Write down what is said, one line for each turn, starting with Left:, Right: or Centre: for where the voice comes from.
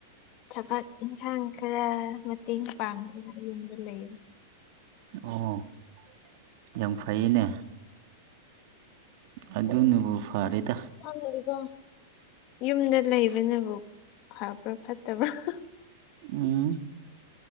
Left: ꯊꯕꯛ ꯏꯟꯈꯥꯡ ꯈꯔ ꯃꯇꯦꯡ ꯄꯥꯡꯉꯒ ꯌꯨꯝꯗ ꯂꯩꯔꯤ
Right: ꯑꯣ ꯌꯥꯝ ꯐꯩꯌꯦꯅꯦ ꯑꯗꯨꯅꯕꯨ ꯐꯔꯦꯗꯥ
Left: ꯈꯪꯗꯦꯗ ꯌꯨꯝꯗ ꯂꯩꯕꯅꯕꯨ ꯐꯕ꯭ꯔ ꯐꯠꯇꯕ꯭ꯔ ꯍ
Right: ꯎꯝ